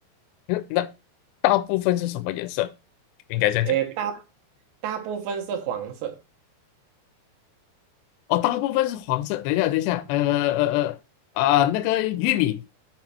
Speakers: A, on the left (about 80°); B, on the right (about 80°).
A: 嗯那大部分是什么颜色？应该这样讲。
B: 诶，大大部分是黄色。
A: 哦，大部分是黄色。等一下，等一下，呃呃呃啊、那个玉米